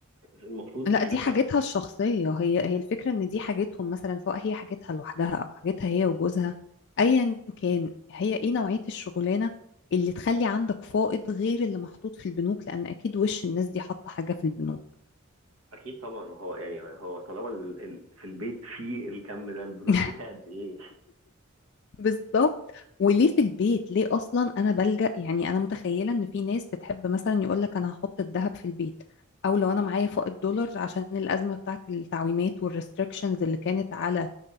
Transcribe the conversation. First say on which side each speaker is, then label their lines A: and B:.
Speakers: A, on the right; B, on the left.
A: المفروض
B: لا
A: حاجاتها
B: دي حاجتها الشخصية هي هي الفكرة ان دي حاجتهم مثلا سواء هي حاجتها لوحدها او حاجتها هي وجوزها ايا كان هي ايه نوعية الشغلانة اللي تخلي عندك فائض غير اللي محطوط في البنوك لان اكيد وش الناس دي حاطة حاجة في البنوك
A: اكيد طبعا ما هو يعني هو طالما ال... ال... في البيت في الكم ده البنوك
B: <laughs>
A: فيها قد ايه
B: بالظبط وليه في البيت ليه اصلا انا بلجأ يعني انا متخيلة ان في ناس بتحب مثلا يقول لك انا هحط الذهب في البيت او لو انا معايا فائض دولار عشان الازمة بتاعت التعويمات والريستريكشنز اللي كانت على